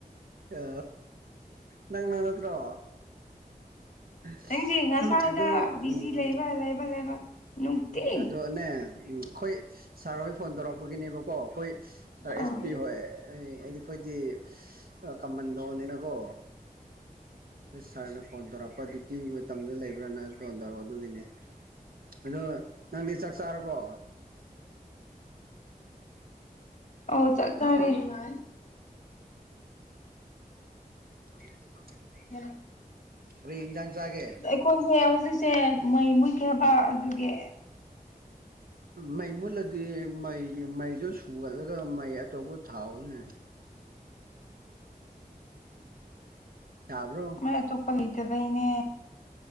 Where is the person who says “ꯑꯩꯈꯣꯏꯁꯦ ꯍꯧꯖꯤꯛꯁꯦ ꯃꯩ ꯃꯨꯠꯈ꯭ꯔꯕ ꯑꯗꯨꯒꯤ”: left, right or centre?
Left